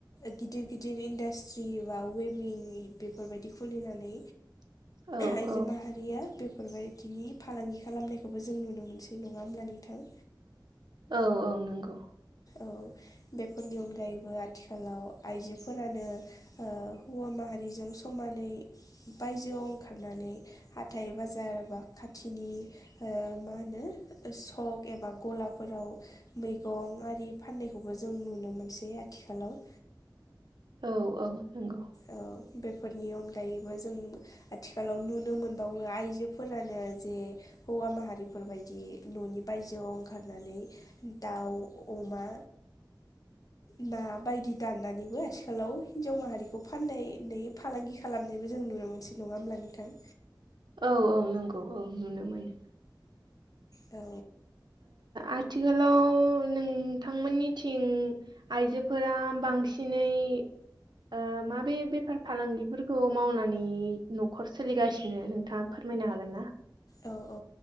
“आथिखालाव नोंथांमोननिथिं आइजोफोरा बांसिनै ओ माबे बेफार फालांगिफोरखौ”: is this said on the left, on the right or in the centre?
Right